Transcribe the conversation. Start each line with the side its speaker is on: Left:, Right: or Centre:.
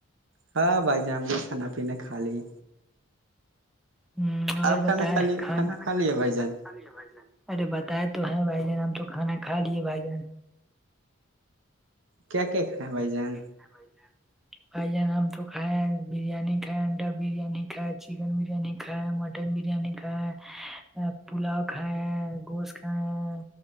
Right: ہاں بائی جام گے کانا پیینا کا لیی
Centre: ہ اور
Right: آپ کھانا
Centre: بتائے
Right: کھا لیے
Centre: کھانا ک
Right: کھا لیے بھائی جان
Centre: اب بھ ج ارے بتائے تو ہیں بھائی جان ہم تو کھانا کھا لیے بھائی جان
Right: کیا کیا کھیں بھائی جان
Centre: ک بائیے بھائی جان ہم تو کھائے ہیں بریانی کھائے انڈا بریانی کھائے چکن بریانی کھ کھا ہے مٹن بریانی کھا ہے پلاؤ کھا ہے گوشت کھاائے ہے